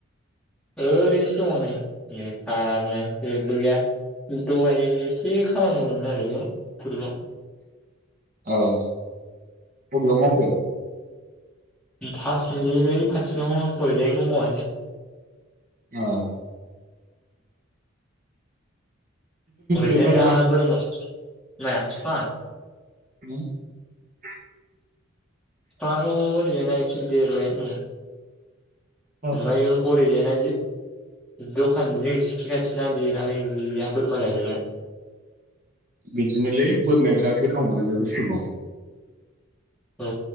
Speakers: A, in the centre; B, on the right (about 40°).
A: ओरैनोसो दङ नै बेखारनो जेबो गैया। दहाय एसे खामानि मावदोंमोन आरो बेयाव थुरुबाव।
B: औ अबेयाव मावफैया?
A: थासोमलि ओइ खाथिनियाव हरैजायनिखौ मावासै।
B: ओं।
A: हरैजायना
B: देरबाय नामा
A: बोरमा, माया बिफाङा?
B: <inaudible>
A: फिफाङाथ' ओरैजायना एसे देरबाय औ।
B: औ
A: ओमफाय हरैजायना जे दखान जे सिखि खाथिना बेना नै गैया बोरमा जाजोबबाय।
B: बिदिनोलै बोरमाया बिराद गोथाव मोनो बे बुस्थुखौ।
A: औ।